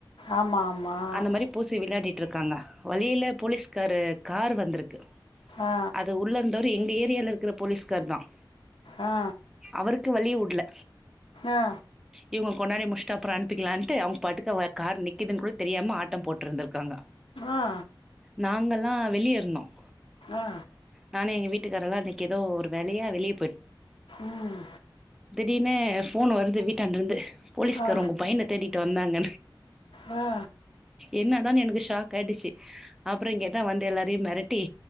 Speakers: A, on the left (about 85°); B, in the centre.
A: ஆமாம் ஆமாம்
B: அந்த மாதிரி பூசி விளையாடிட்டு இருக்காங்க வழியில போலீஸ்காரர் கார் வந்திருக்கு
A: ஆ
B: அது உள்ள இருந்தவரு எங்க ஏரியால இருக்கு குற போலீஸ் தான்
A: ஆ
B: அவருக்கு வழி விடல
A: ஆ
B: இவங்க கொண்டாடி முடிச்சுட்டு அப்ற அனுப் அவங்க பாட்டுகு கார் நிக்கிதுணு கூட தெரியாம ஆட்டம் போட்டு இருந்திருக்காங்க
A: ஆ
B: நாங்கல்லாம் வெளிய இருந்தோம்
A: ஆ
B: நானும் எங்க வீட்டுக்காரல்லாம் அன்னைக்கி எதோ ஒரு வேலையா வெளிய
A: ம்
B: திடீர்ணு ஃபோன் வருது வீட்டாண்டருந்து போலீஸ்கார
A: ஆ
B: உங்க பயண தேடிட்டு வந்தாங்க
A: ஆ
B: என்னதானு எனக்கு ஷாக் ஆயிடுச்சு அப்புறம் கேட்டா வந்து எல்லாரையும் மிரட்டி